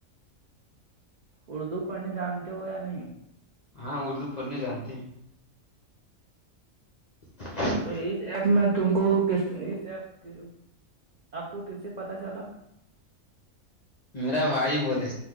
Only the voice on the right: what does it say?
اردو پڑھنے جانتے ہو یا نہیں
تو اس ایپ میں تم کو ک اس ایپ آپ کو کس سے پتا چلا